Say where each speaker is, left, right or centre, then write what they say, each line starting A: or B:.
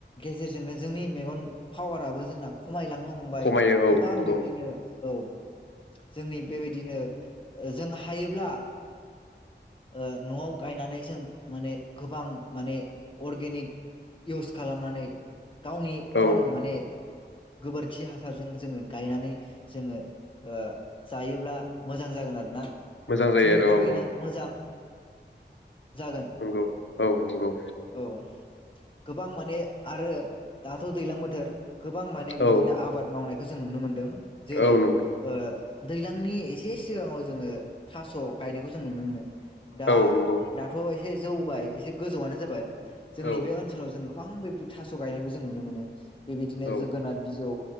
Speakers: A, on the left; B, on the left.
A: गेजेरजोंनो जोंनि मेगन पावाराबो जोंना खम खमायलांनो हमबाय
B: खमायो औ
A: गोबां
B: नंगौ
A: बेबायदिनो औ जोंनि बेबायदिनो जों हायोब्ला ओ न'आव गायनानै जों माने गोबां माने अर्गेनिक इउस खालामनानै गावनि
B: औ
A: अन माने गोबोरखि हासारजों जोङो गायनानै जोङो ओ जायोब्ला मोजां जागोन आरोना
B: मोजां जायो
A: जोंनि
B: आरो
A: थाखायनो
B: औ औ
A: मोजां जागोन
B: नंगौ औ नंगौ
A: औ गोबां माने आरो दाथ' दैलां बोथोर गोबां माने बिबदिनो
B: औ
A: आबाद मावनाय जों नुनो मोन्दों जेरै
B: औ नंगौ
A: ओ दैलांनि एसे सिगाङाव जोङो थास' गायनायखौ जों नुनो मोनो दा
B: औ नंगौ
A: दाथ' एसे जौबाय एसे गोजौवनो जाबाय जोंनि
B: औ
A: बे ओनसोलाव जों गोबां बेबायदि थास' गायनायबो जों नुनो मोनो बेबायदिनो
B: औ
A: जोगोनाथ बिजौ